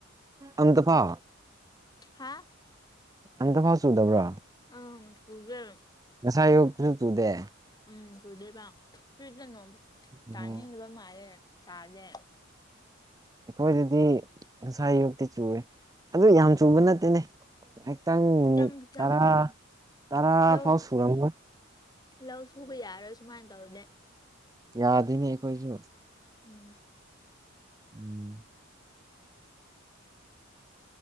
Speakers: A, on the right; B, on the left.
A: ꯑꯟꯇꯐꯥ
B: ꯍꯥꯥ
A: ꯑꯝꯇꯐꯥꯎ ꯆꯨꯗꯕ꯭ꯔꯣ
B: ꯑꯪ ꯄꯨꯒꯦ
A: ꯉꯁꯥꯏ ꯑꯌꯨꯛ ꯐꯤ ꯆꯨꯗꯦ
B: ꯎꯝ ꯆꯨꯗꯦꯕ ꯆꯨꯗꯅꯣ
A: ꯑꯣ
B: ꯆꯥꯅꯤꯡꯗꯕ ꯃꯥꯜꯂꯦ ꯆꯥꯗꯦ
A: ꯑꯩꯈꯣꯏꯗꯗꯤ ꯉꯁꯥ ꯌꯨꯛꯇꯤ ꯆꯨꯔꯦ ꯑꯗꯨ ꯌꯥꯝ ꯆꯨꯕ ꯅꯠꯇꯦꯅꯦ ꯑꯦꯛ ꯇꯥꯡ
B: ꯈꯤꯇꯪ
A: ꯃꯤꯅꯤꯠ
B: ꯈꯤꯇꯪ
A: ꯇꯔꯥ
B: ꯎꯝ
A: ꯇꯔꯥ
B: ꯂꯧ
A: ꯐꯥꯎ ꯁꯨꯨꯔꯝꯕ
B: ꯂꯧ ꯁꯨꯕ ꯌꯥꯔꯣꯏ ꯁꯨꯃꯥꯏꯅ ꯇꯧꯔꯅꯦ
A: ꯌꯥꯗꯣꯏꯅꯤ ꯑꯩꯈꯣꯏꯁꯨ
B: ꯎꯝ
A: ꯎꯝ